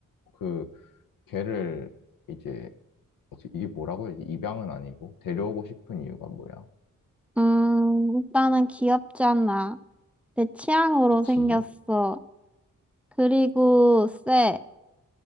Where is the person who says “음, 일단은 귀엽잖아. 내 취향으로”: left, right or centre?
Centre